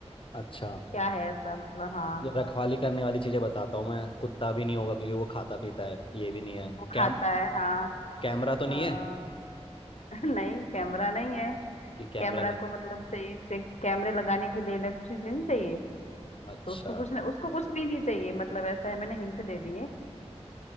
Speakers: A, on the left; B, on the left.
A: अच्छा
B: क्या है ऐसा मतलब हाँ
A: ये रखवाली करने वाली चीजें बताता हूँ मैं कुत्ता भी नहीं होगा क्योंकि वो खाता पीता है ये भी नहीं है
B: वो खाता
A: कैम
B: है हाँ
A: कैमरा तो नहीं
B: अ,
A: है
B: <laughs> नहीं कैमरा नहीं है
A: कि कैमरा
B: कैमरा
A: लग...
B: को मतलब से, से कैमरे लगाने के लिए इलेक्ट्रिसिटी चाहिए
A: अच्छा
B: तो उसको कुछ नहीं उसको कुछ भी नहीं चाहिए मतलब ऐसा है मैंने हिंट दे दी है